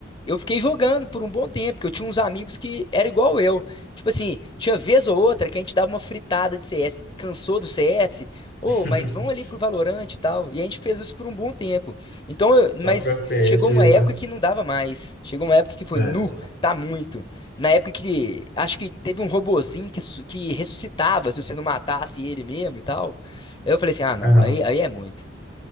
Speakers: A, on the left; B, on the left.
A: eu fiquei jogando por um bom tempo, porque eu tinha uns amigos que era igual eu. Tipo assim, tinha vez ou outra que a gente dava uma fritada de CS, cansou do CS, ô,
B: <laughs>
A: mas vão ali pro Valorant e tal. E a gente fez isso por um bom tempo. Então,
B: Só
A: eu- mas
B: pro FPS
A: chegou
B: mesmo,
A: uma época
B: né?
A: que não dava mais. Chegou uma época que foi,
B: É.
A: nu, tá muito. Na época que acho que teve um robozinho que, su- que ressuscitava se você não matasse ele mesmo e tal. Aí eu falei assim, ah, não,
B: Ah, não.
A: aí, aí é muito.